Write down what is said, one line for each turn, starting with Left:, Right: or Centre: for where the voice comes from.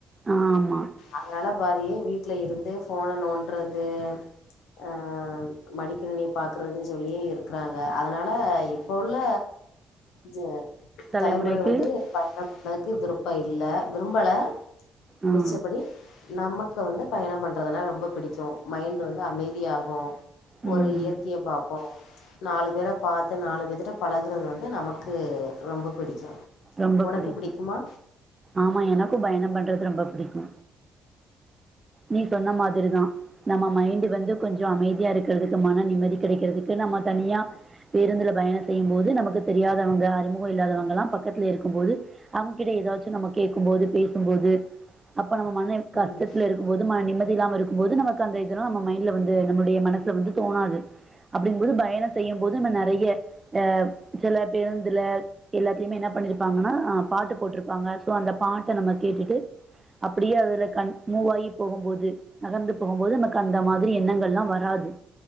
Right: ஆமா
Left: அதனால பாதி வீட்ல இருந்தே ஃபோன நோன்றது ஆ மடிக்கிணினி பாக்குறதுன்னு சொல்லியே இருக்கிறாங்க அதனால இப்ப உள்ள ஜெ
Right: தலைமுறைக்கு
Left: தலைமுறை வந்து பயணப்பண்ணதுக்கு விருப்பம் இல்ல விரும்பல
Right: ஆ
Left: மிச்சப்படி நமக்கு வந்து பயணம் பண்றதுனா ரொம்ப பிடிக்கு மைண்ட் வந்து அமைதியாகு
Right: ம்
Left: ஒரு இயற்கைய பாப்போ, நாலு பேர பாத்து நாலு பேத்துட்ட பழகுறது வந்து நமக் கு ரொம்ப பிடிக்கு
Right: ரொம்ப
Left: உனக்கு
Right: பிடிக்கு,
Left: பிடிக்குமா
Right: ஆமா எனக்கும் பயணம் பண்றது ரொம்ப பிடிக்கு நீ சொன்ன மாதிரிதா நம்ம மைண்ட் வந்து கொஞ்சோ அமைதியா இருக்கிறதுக்கு மன நிம்மதி கெடைக்கிறதுக்கு நம்ம தனியா பேருந்துல பயணம் செய்யும் போது நமக்கு தெரியாதவங்க அறிமுகம் இல்லாதவங்க எல்லா பக்கத்துல இருக்கும்போது அவங்ககிட்ட ஏதாச்சு நம்ம கேட்கும் போது பேசும்போது அப்ப நம்ம மன கஷ்டத்துல
Left: ம்
Right: இருக் கும்போது மன நிம்மதி இல்லாம இருக்கும்போது நமக்கு அந்த இதெல்லா நம்ம மைண்ட்ல வந்து நம்மடைய மனசல வந்து தோணாது அப்டிங்கும்போது பயண செய்யும் போது நம்ம நறைய ஆ சில பேருந்துல எல்லாத்தையுமே என்ன பண்ணிருப்பாங்கனா அ பாட்டு போட்டுருப்பாங்க சோ அந்த பாட்ட நம்ம கேட்டுட்டு அப்படியே அதுல கண் மூவாயி போகும்போது நகர்ந்து போகும்போது எனக்கு அந்த மாதிரி எண்ணங்கள்லா வராது